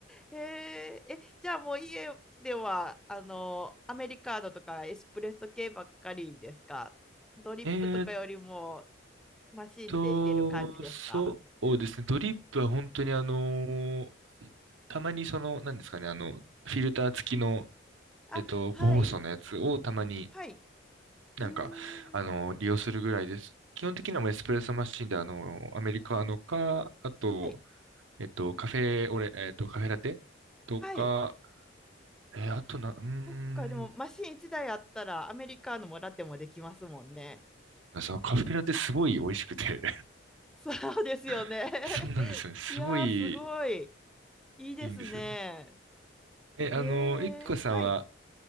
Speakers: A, in the centre; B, on the right (about 80°).
A: へえ、え、じゃあもう家では、あの、アメリカーノとかエスプレッソ系ばっかりですかドリップとかよりも
B: えーっ
A: マシンで入れる感じですか
B: と、そうですね、ドリップは本当にあの、たまにその、なんですかね、あの、フィルター付きの、
A: あ、
B: えっと、
A: はい、
B: 個包装のやつをたまに
A: はい。
B: なんか、
A: うーん、
B: あの、利用するぐらいです。基本的にはもうエスプレッソマシンで、あの、アメリカーノか、あと、
A: はい、
B: えっと、カフェオレ、えっと、カフェラテとか、
A: はい。
B: えーあとな、
A: あ、
B: うーん、
A: そっか、でもマシン1台あったらアメリカーノもラテもできますもんね。
B: そうなんです。あのカフェラテすごい美味しくて
A: そうですよね。
B: <laughs>
A: <laughs>
B: そうなんですよね。すごい
A: いやー、すごい。いいですね。
B: いいんですよね。え、あの、
A: へえ、
B: ゆきこさんは、
A: はい。